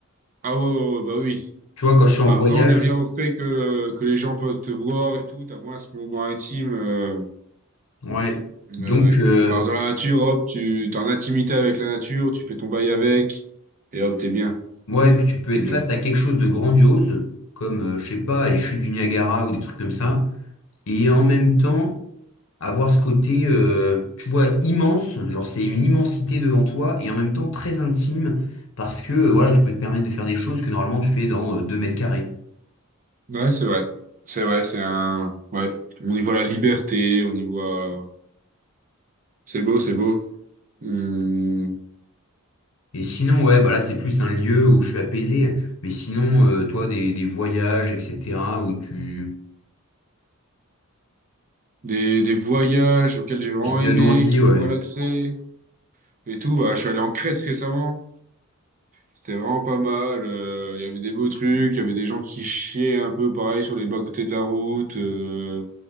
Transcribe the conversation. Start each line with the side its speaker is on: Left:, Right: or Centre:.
Right: Ah ouais, ouais, ouais, bah oui.
Left: Tu vois, quand je suis en
Right: Bah
Left: voyage,
Right: après, on y revient au fait que que les gens peuvent te voir et tout. T'as moins ce moment intime. euh,
Left: ouais.
Right: Ouais, ouais.
Left: Donc, euh,
Right: Alors, dans la nature, hop, tu t'es en intimité avec la nature, tu fais ton bail avec, et hop, t'es bien,
Left: ouais, puis tu peux
Right: t'es
Left: être
Right: bien.
Left: face à quelque chose de grandiose, comme, euh, je sais pas, les chutes du Niagara ou des trucs comme ça. Et en même temps, avoir ce côté, euh, tu vois, immense, genre c'est une immensité devant toi, et en même temps très intime, parce que, euh, voilà, tu peux te permettre de faire des choses que normalement tu fais dans euh, 2 mètres carrés.
Right: Ouais, c'est vrai. C'est vrai, c'est un... Ouais. On y voit la liberté, on y voit... C'est beau, c'est beau. Hmm.
Left: Et sinon, ouais, bah là, c'est plus un lieu où je suis apaisé. Mais sinon, euh, toi, des, des voyages, etc., où tu,
Right: Des, des voyages auxquels j'ai vraiment
Left: qui te
Right: aimé,
Left: donnent envie,
Right: qui m'ont
Left: ouais.
Right: relaxé, et tout. Bah, je suis allé en Crète récemment. C'était vraiment pas mal. euh, Il y avait des beaux trucs, il y avait des gens qui chiaient un peu, pareil, sur les bas-côtés de la route, euh,